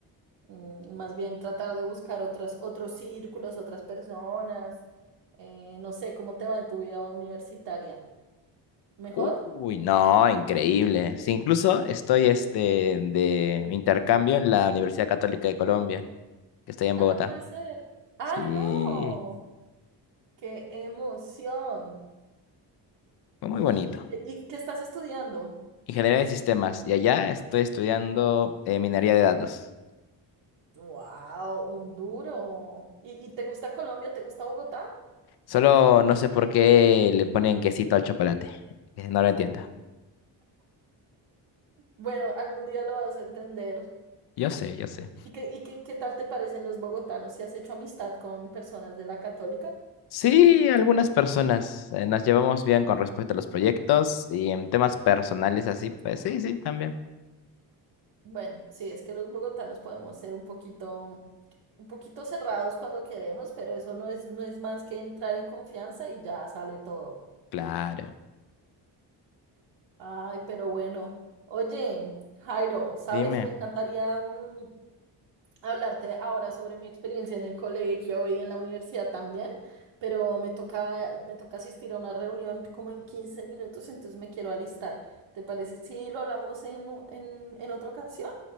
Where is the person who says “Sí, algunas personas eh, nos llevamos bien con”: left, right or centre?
Left